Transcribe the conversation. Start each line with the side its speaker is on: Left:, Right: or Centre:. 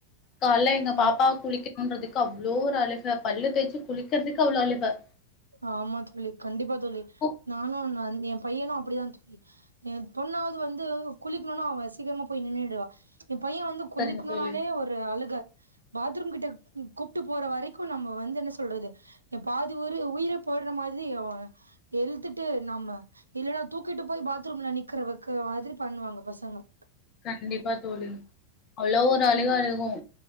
Left: கால்ல எங்க
Right: ம்
Left: பாப்பா குளிக்க தோன்றதுக்கு அவ்ளோ ஒரு அழுக பல்லு தேய்ச்சி குளிக்கறதுக்கு அவ்ளோ அழுக
Right: ஆமா தோழி கண்டிபா தோழி
Left: ஓ!
Right: நானு அவன் எ பையனு அப்டிதா தோழி என் பொண்ணாவது வந்து குளிக்கணுனா அவ சீக்கிரமா போய் நின்னிடுவா என் பையன் வந்து குளிக்கணுனாலே
Left: சரிங்க தோழி
Right: ஒரு அழுக பாத்ரூம் கிட்ட கூப்ட்டு போற வரைக்கும் நம்ம வந்து என்ன சொல்றது எ பாதி உயிர் உயிரே போய்டுற மாரி அவ எளுதுட்டு நம்ப இல்லனா தூக்கிட்டு போய் பாத்ரூம்ல நிக்கறவக்ற மாதிரி பண்ணுவாங்க பசங்க
Left: கண்டிப்பா தோழி அவ்ளோ ஒரு அழுக
Right: ம்
Left: அழுகும்